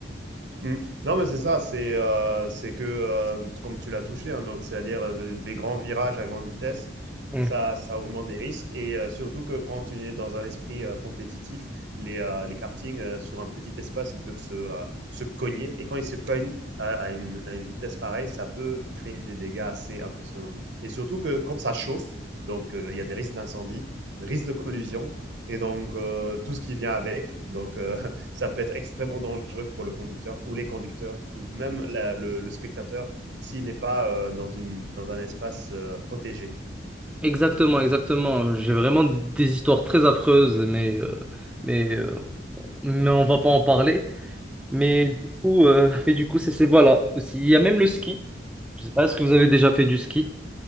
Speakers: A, on the right; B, in the centre.
A: Mmh. Non, mais c'est ça, c'est euh, c'est que, euh, comme tu l'as touché, hein, donc c'est-à-dire euh, des grands virages à grande vitesse,
B: Mm.
A: ça, ça augmente les risques et euh, surtout que quand tu es dans un esprit euh, compétitif, les, euh, les kartings euh, sur un petit espace, ils peuvent se, euh, se cogner et quand ils se cognent à, à une, à une vitesse pareille, ça peut créer des dégâts assez impressionnants. Et surtout que comme ça chauffe, donc euh, il y a des risques d'incendie, des risques de collusion et donc euh, tout ce qui vient avec, donc euh, ça peut être extrêmement dangereux pour le conducteur ou les conducteurs ou même la, le, le, spectateur s'il n'est pas euh, dans, une, dans un espace euh, protégé.
B: Exactement, exactement. J'ai vraiment des histoires très affreuses, mais, euh, mais, euh, mais on va pas en parler. Mais du coup, euh, mais du coup, c'est c'est- voilà. Aussi, Il y a même le ski. Je sais pas, est-ce que vous avez déjà fait du ski?